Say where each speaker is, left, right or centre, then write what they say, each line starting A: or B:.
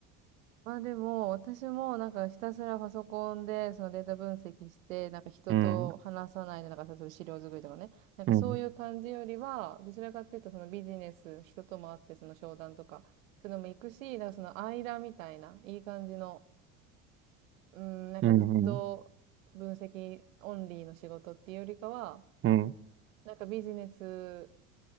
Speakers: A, on the right; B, on the right.
A: まあでも、私もなんかひたすらパソコンでそのデータ分析して、なんか人と話さないで、
B: うん、
A: なんか例えば資料作りとかね、なんかそういう感じよりは、
B: うん、
A: どちらかっていうとそのビジネス、人とも会ってその商談とか、そういうのも行くし、なんかその間みたいな、いい感じの、うん、なんかずっと分析オンリーの仕事っていうよりかは、
B: うん、うん。うん
A: なんかビジネス